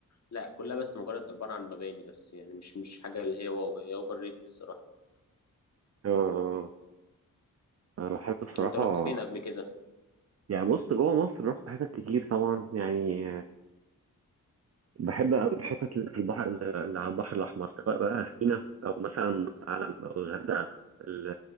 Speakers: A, on the left; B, on the right.
A: لا كلها بس مجرد عباره عن مباني بس يعني مش مش حاجه اللي هي واو هي اوفر ريتد الصراحه
B: أه أنا بحب بصراحه
A: انت رحت فين قبل كده
B: يعني بص جوه مصر رحت حاجات كتير طبعا يعني بحب أوي الحتت اللي في البحر اللي على البحر الأحمر سواء بقى سينا أو مثلا علم أو الغردقة ال-